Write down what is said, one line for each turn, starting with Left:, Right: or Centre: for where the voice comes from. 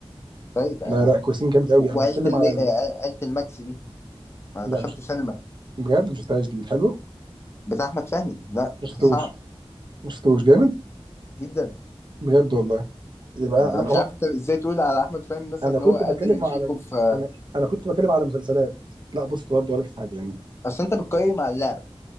Left: طيب آه،
Right: لا لا كويسين جامد قوي
Left: و-
Right: انا
Left: وعيله
Right: بتكلم
Left: الم...
Right: على
Left: آه،
Right: ال...
Left: عيله الماكس دي ما
Right: لا
Left: دخلته
Right: مش
Left: سينما
Right: بجد ما شفتهاش دي حلو
Left: بتاع احمد فهمي لا
Right: ما شفتوش
Left: صعب
Right: ما شفتوش جامد
Left: جدا
Right: بجد والله يبقى
Left: انا
Right: لا
Left: مش
Right: هو
Left: عارف انت ازاي تقول على احمد فهمي مثلا
Right: انا
Left: ان
Right: كنت
Left: هو اقل
Right: بتكلم
Left: من
Right: على
Left: شيكو
Right: ال...
Left: في آه،
Right: انا انا كنت بتكلم على مسلسلات لا بص برضه ولا في حاجه يعني
Left: اصل انت بتقيم على اللعبه